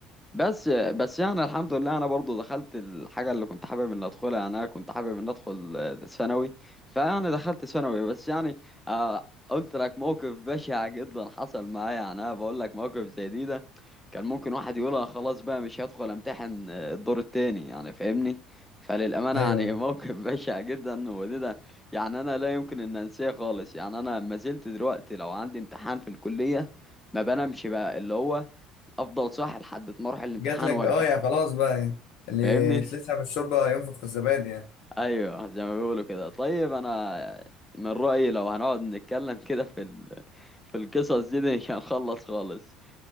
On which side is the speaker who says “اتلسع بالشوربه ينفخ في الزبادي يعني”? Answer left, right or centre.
Left